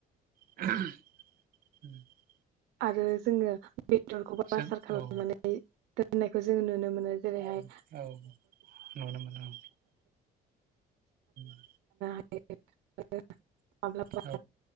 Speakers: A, on the right (about 60°); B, on the right (about 75°).
A: <inaudible>
B: आरो जोङो बेदरखौबो
A: जों
B: आसार खालामनानै
A: औ
B: दोन होननायखौ जोङो नुनो मोनो। जेरैहाय
A: औ औ नुनो मोनो औ <inaudible>
B: ए <unintelligible> माब्लाबा
A: औ